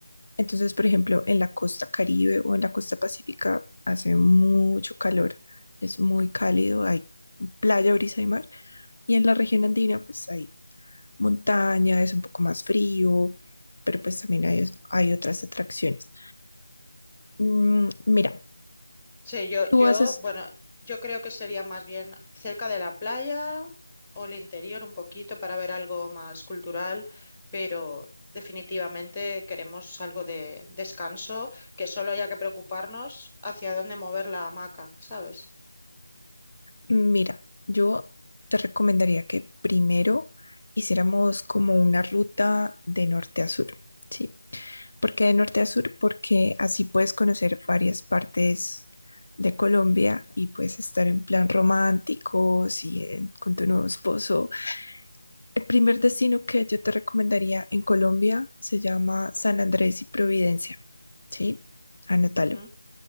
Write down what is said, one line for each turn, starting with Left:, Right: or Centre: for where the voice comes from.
Left: Entonces, por ejemplo, en la costa Caribe o en la costa Pacífica hace mucho calor, es muy cálido, hay playa, brisa y mar. Y en la región andina, pues hay montaña, es un poco más frío, pero pues también hay, hay otras atracciones. Mm, mira,
Centre: Sí, yo,
Left: tú
Centre: yo,
Left: haces
Centre: bueno, yo creo que sería más bien cerca de la playa o el interior un poquito para ver algo más cultural, pero definitivamente queremos algo de descanso, que solo haya que preocuparnos hacia dónde mover la hamaca, ¿sabes?
Left: Mira, yo te recomendaría que primero hiciéramos como una ruta de norte a sur, ¿sí? ¿Por qué de norte a sur? Porque así puedes conocer varias partes de Colombia y puedes estar en plan romántico, sí, en- con tu nuevo esposo. El primer destino que yo te recomendaría en Colombia se llama San Andrés y Providencia, ¿sí? Anótalo.
Centre: Ujú,